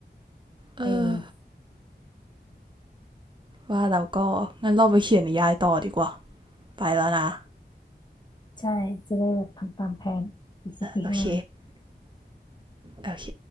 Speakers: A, on the right (about 25°); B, on the left (about 25°).
A: เออ
B: เออ
A: ว่าเราก็งั้นเราไปเขียนนิยายต่อดีกว่า ไปแล้วนะ
B: ใช่จะได้แบบทำตามแผนอีกสิบปีข้างหน้า
A: โอเค โอเค